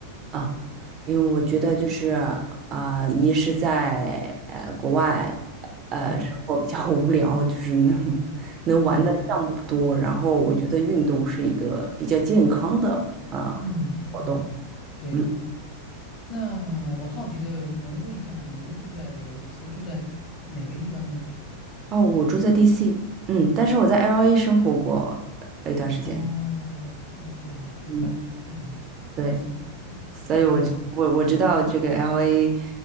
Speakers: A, on the right (about 35°); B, on the left (about 30°).
A: 啊、因为我觉得就是啊、一是在呃国外，呃生活比较无聊，
B: 嗯
A: 就是能能玩的项目不多，
B: 嗯嗯
A: 然后我觉得运动是一个比较健康的啊、
B: 嗯，
A: 活动。
B: 嗯，对对对。
A: 嗯。
B: 那我好奇的能问一下，您住在是住在哪个地方呢？
A: 哦，我住在 DC，嗯，但是我在 LA 生活过呃一段时间，
B: 哦，OK，明白了。
A: 嗯，
B: 嗯，
A: 对，
B: 是的，是的。
A: 所以我知我我知道这个
B: 嗯。
A: LA，